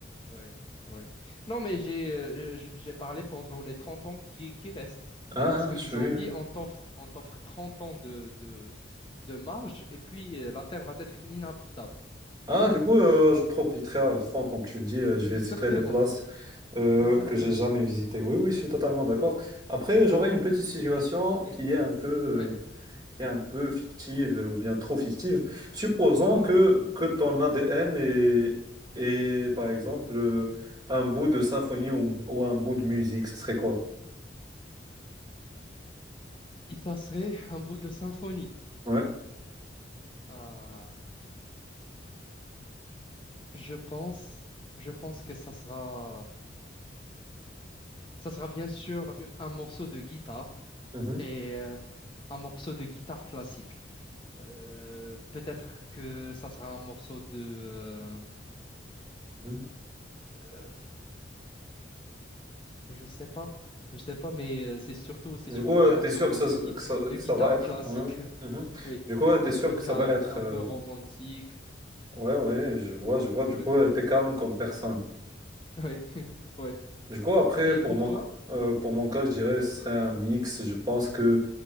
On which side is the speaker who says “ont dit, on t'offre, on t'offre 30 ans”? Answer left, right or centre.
Left